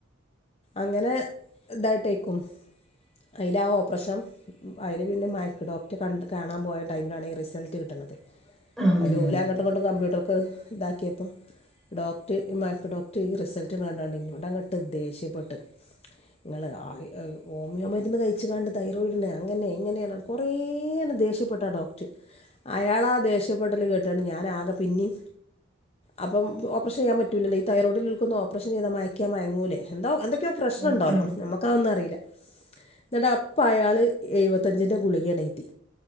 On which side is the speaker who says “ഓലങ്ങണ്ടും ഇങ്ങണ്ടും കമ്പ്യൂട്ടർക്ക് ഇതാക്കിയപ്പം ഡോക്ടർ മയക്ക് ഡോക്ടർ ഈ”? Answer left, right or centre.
Left